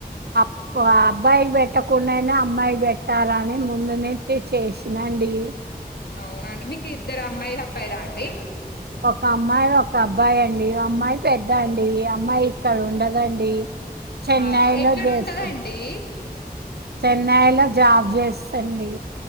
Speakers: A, on the right; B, on the left.
A: అబ్బా అబ్బాయి కి బెట్ పెట్టకుండ అయినా అమ్మాయి కి పెట్టాల ని ముందు నుండీ చేసిన అండి
B: అవునండి మీకు ఇద్దరు అమ్మాయిలు అబ్బాయిలా అండి అండి
A: ఒక అమ్మాయి ఒక అబ్బాయి అండి అమ్మాయి పెద్ద అండి అమ్మాయి ఇక్కడ ఉండదండి చెన్నైలో
B: అవు ఎక్కడుంటదండి
A: చేస్తు చెన్నైలో జాబ్ చేస్తదండి